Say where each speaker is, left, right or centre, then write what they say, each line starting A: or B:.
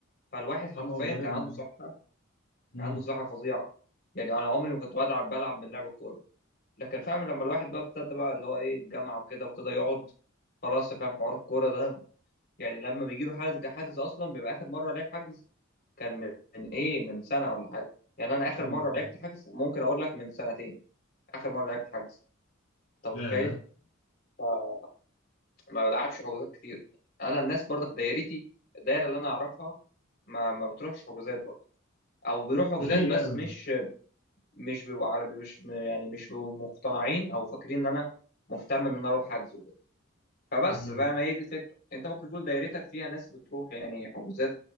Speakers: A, on the left (about 50°); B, on the left (about 80°).
A: فالواحد حرفيا
B: اه ما هو غالبا
A: كان عنده
B: يعني
A: صحه كان
B: مم.
A: عنده صحه فظيعه يعني انا عمري ما كنت بلعب بلعب من لعب الكوره لكن فاهم لما الواحد بقى ابتدى بقى اللي هو ايه الجامعه وكده وابتدى يقعد خلاص فاهم حوار الكوره ده يعني لما بيجي له حجز حجز اصلا بيبقى اخر مره لعب حجز كان من من ايه من سنه ولا حاجه يعني انا اخر
B: ايوه
A: مره لعبت
B: فعلا
A: حجز ممكن اقول لك من سنتين اخر مره لعبت حجز انت متخيل
B: لا لا
A: فما بلعبش حجوزات كتير انا الناس برضك دايرتي الدايره اللي انا اعرفها ما ما بتروحش حجوزات برضه او بيروح حجوزات
B: ليه
A: بس
B: انا ما-
A: مش مش بيبقوا عربي مش يعني مش بيبقوا مقتنعين او فاكرين ان انا مهتم ان انا اروح حجز فبس
B: مم.
A: بقى ما هي دي الفكرة انت ممكن يكون دايرتك فيها ناس بتروح يعني حجوزات